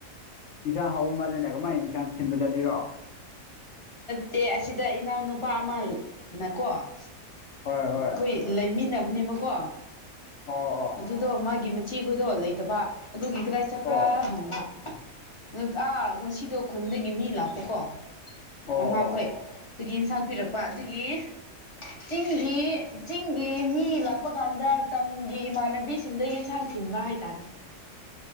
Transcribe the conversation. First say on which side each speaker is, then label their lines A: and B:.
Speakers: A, on the left (about 65°); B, on the left (about 30°).
A: ꯏꯟꯁꯥꯡ ꯍꯧꯑ ꯃꯥꯜꯂꯦꯅꯦ ꯀꯃꯥꯏ ꯏꯟꯁꯥꯡ ꯊꯤꯟꯕ ꯆꯠꯂꯤꯔꯣ꯫
B: ꯇꯦ ꯑꯁꯤꯗ ꯏꯅꯥꯎꯅꯨꯄꯥ ꯑꯃꯅꯀꯣ ꯎꯝ
A: ꯍꯣꯏ ꯍꯣꯏ
B: ꯑꯩꯈꯣꯏ ꯂꯩꯃꯤꯟꯅꯕꯅꯦꯕꯀꯣ
A: ꯑꯣ ꯑꯣ
B: ꯑꯗꯨꯗꯣ ꯃꯥꯒꯤ ꯆꯦ ꯈꯣꯏꯗꯣ ꯂꯩꯇꯕ ꯑꯗꯨꯒꯤ ꯀꯗꯥꯏ ꯆꯠꯄ꯭ꯔꯥ
A: ꯑꯣ
B: ꯍꯪꯕ꯫ ꯑ ꯑꯥ ꯉꯁꯤꯗꯣ ꯈꯨꯟꯗꯒꯤ ꯃꯤ ꯂꯥꯛꯄꯀꯣ
A: ꯑꯣ
B: ꯃꯃꯥꯈꯣꯏ
A: ꯑꯣ
B: ꯑꯗꯨꯒꯤ ꯑꯦꯟꯁꯥꯡ ꯄꯤꯔꯛꯄ ꯑꯗꯨꯒꯤ ꯆꯤꯡꯒꯤ ꯆꯤꯡꯒꯤ ꯃꯤ ꯂꯛ ꯂꯥꯛꯄ ꯀꯥꯟꯗ ꯇꯝꯒꯤ ꯏꯃꯥꯟꯅꯕꯤꯁꯤꯡꯗ ꯌꯦꯟꯁꯥꯡ ꯊꯤꯟꯕ ꯍꯥꯏꯇꯥꯔꯦ꯫